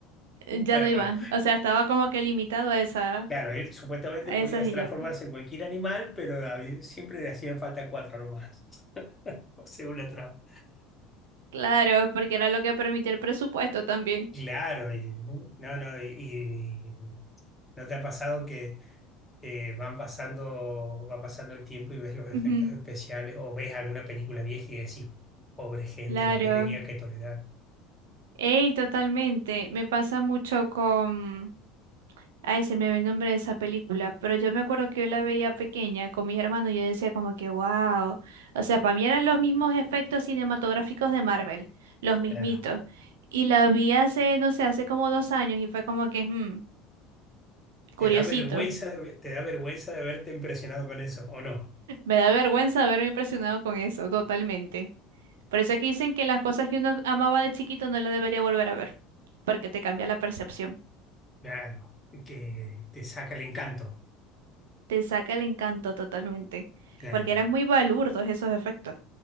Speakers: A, on the right; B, on the left.
A: Eh,
B: un
A: Ya
B: perro.
A: no hay más. O sea, estaba como que limitado a esa,
B: Claro, él supuestamente
A: a
B: podía
A: esas
B: transformarse
A: y ya pues.
B: en cualquier animal, pero había- siempre le hacían falta cuatro nomás, <laughs> según la trama.
A: Claro, porque era lo que permitía el presupuesto también.
B: Claro, y- no, no, y y- ¿no te ha pasado que... eh, van pasando, va pasando el tiempo y ves los efectos
A: Ujú,
B: especiales o ves alguna película vieja y decís, pobre gente,
A: Claro.
B: lo que tenía que tolerar.
A: Ey, totalmente. Me pasa mucho con Ay, se me ve el nombre de esa película, pero yo me acuerdo que yo la veía pequeña con mis hermanos y yo decía como que wow, o sea, para mí eran los mismos efectos cinematográficos de Marvel, los mismitos.
B: Claro.
A: Y la vi hace, no sé, hace como dos años y fue como que, hmm,
B: Te
A: curiosito.
B: da vergüenza, de ve- te da vergüenza de verte impresionado con eso, ¿o no?
A: Me da vergüenza haberme impresionado con eso, totalmente. Por eso es que dicen que las cosas que uno amaba de chiquito no las debería volver a ver, porque te cambia la percepción,
B: Claro, que te saca el encanto.
A: te saca el encanto totalmente,
B: Claro,
A: porque eran muy balurdos esos efectos.